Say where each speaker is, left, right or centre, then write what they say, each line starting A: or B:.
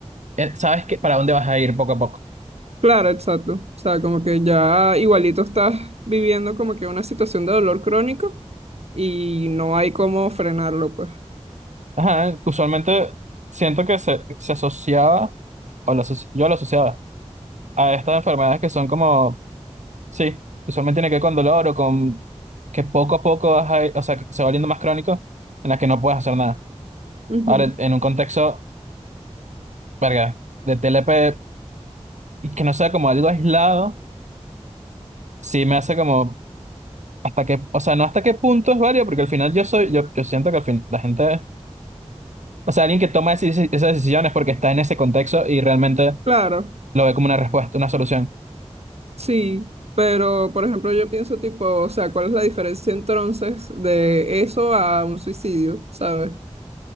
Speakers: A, on the right; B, on the right.
A: eh, sabes que para dónde vas a ir poco a poco.
B: Claro, exacto. O sea, como que ya igualito estás viviendo como que una situación de dolor crónico y no hay cómo frenarlo, pues.
A: Ajá, usualmente siento que se, se asociaba, o lo asoci- yo lo asociaba, a estas enfermedades que son como, sí, usualmente tiene que ver con dolor o con que poco a poco vas a ir- o sea, que se va volviendo más crónico, en las que no puedes hacer nada.
B: Ujú.
A: Ahora, en, en un contexto, verga, de T L P y que no sea como algo aislado, sí me hace como Hasta qué, o sea, no hasta qué punto es válido, porque al final yo soy, yo, yo siento que al fin la gente, o sea, alguien que toma ese- esas decisiones porque está en ese contexto y realmente
B: Claro,
A: lo ve como una respuesta, una solución.
B: sí. Pero, por ejemplo, yo pienso tipo, o sea, ¿cuál es la diferencia entonces de eso a un suicidio, ¿sabes?